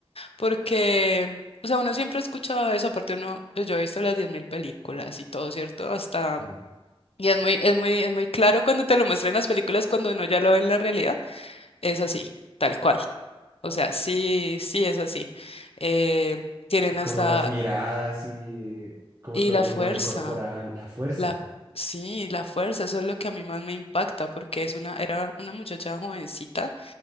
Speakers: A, on the left; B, on the right.
A: Porque, o sea, uno siempre ha escuchado eso, aparte uno, pues yo he visto las 10.000 películas y todo, ¿cierto? Hasta...
B: sí.
A: Y es muy, es muy, es muy claro cuando te lo muestran en las películas, cuando uno ya lo ve en la realidad, es así, tal cual. O sea, sí, sí es así. Eh, tienen
B: Y como
A: hasta...
B: las miradas y como
A: Y
B: todo
A: la
B: el lenguaje
A: fuerza.
B: corporal, la fuerza.
A: La, sí, la fuerza, eso es lo que a mí más me impacta, porque es una, era una muchacha jovencita